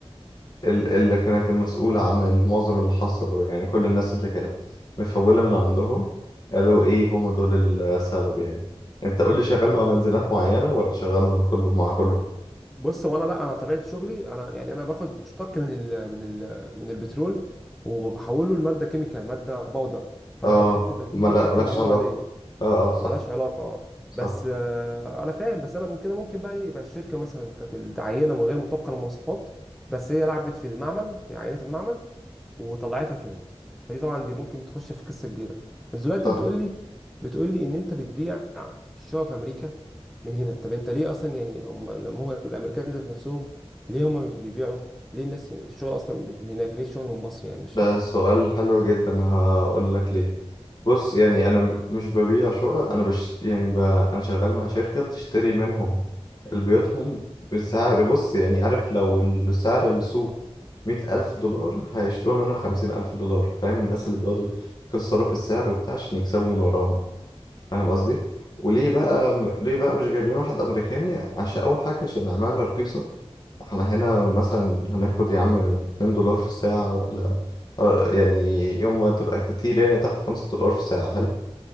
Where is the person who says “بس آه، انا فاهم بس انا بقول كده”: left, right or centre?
Centre